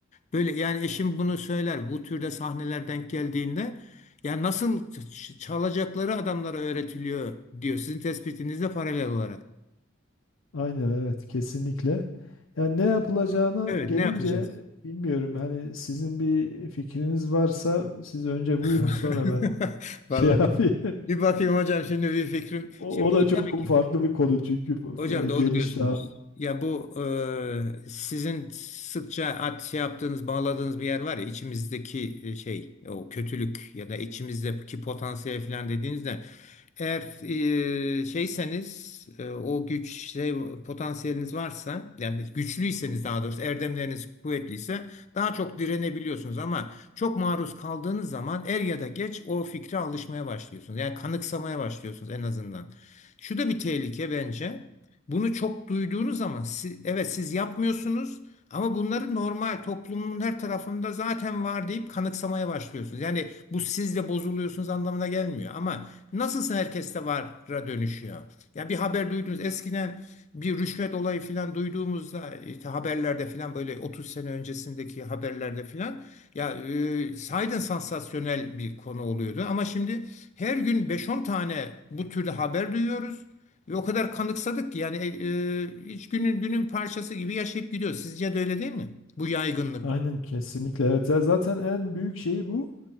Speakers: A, on the left (about 35°); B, on the left (about 80°).
A: Böyle yani eşim bunu söyler. Bu türde sahneler denk geldiğinde ya nasıl ç- ç- çalacakları adamlara öğretiliyor diyor. Sizin tespitinizle paralel olarak.
B: Aynen evet kesinlikle. Yani ne yapılacağına
A: Evet,
B: gelince
A: ne yapacağız?
B: bilmiyorum. Hani sizin bir fikriniz varsa siz önce
A: <laughs>
B: buyurun sonra ben şey
A: Vallahi
B: <laughs> yapayım.
A: bir bakayım hocam şimdi bir fikrim.
B: O,
A: Şimdi
B: o
A: bu
B: da çok
A: tabii ki
B: farklı bir konu çünkü bu-
A: Hocam
B: bu-
A: doğru
B: geniş
A: diyorsunuz.
B: daha.
A: Ya bu e, sizin sıkça at şey yaptığınız, bağladığınız bir yer var ya içimizdeki e, şey, o kötülük ya da içimizdeki potansiyel falan dediğinizde eğer e, şeyseniz e, o güç şey potansiyeliniz varsa yani güçlüyseniz daha doğrusu erdemleriniz kuvvetliyse daha çok direnebiliyorsunuz ama çok maruz kaldığınız zaman er ya da geç o fikre alışmaya başlıyorsunuz. Yani kanıksamaya başlıyorsunuz en azından. Şu da bir tehlike bence. Bunu çok duyduğunuz zaman si- evet siz yapmıyorsunuz ama bunları normal toplumun her tarafında zaten var deyip kanıksamaya başlıyorsunuz. Yani bu siz de bozuluyorsunuz anlamına gelmiyor ama nasılsa herkeste vara dönüşüyor. Ya bir haber duydunuz eskiden bir rüşvet olayı filan duyduğumuzda işte haberlerde filan böyle 30 sene öncesindeki haberlerde filan ya e, sahiden sansasyonel bir konu oluyordu ama şimdi her gün beş on tane bu türlü haber duyuyoruz. Ve o kadar kanıksadık ki yani e, e, hiç günün günün parçası gibi yaşayıp gidiyor. Sizce de öyle değil mi? Bu yaygınlık.
B: Aynen kesinlikle evet. Ya Zaten en büyük şeyi bu.